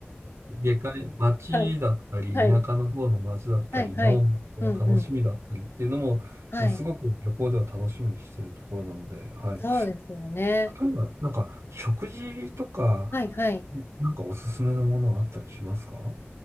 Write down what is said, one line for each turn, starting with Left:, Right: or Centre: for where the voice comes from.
Right: 下界、町だったり、
Left: い、はい、
Right: 田舎の方の町だったりの、
Left: はい、はい。
Right: こう楽しみだったりっていうのも、
Left: うん、うん。はい。
Right: まあ、すごく旅行では楽しみにしてるところなので、はい。
Left: そうですよね。
Right: 例えば、なんか、食事とか、
Left: はいはい。
Right: なんかおすすめのものはあったりしますかは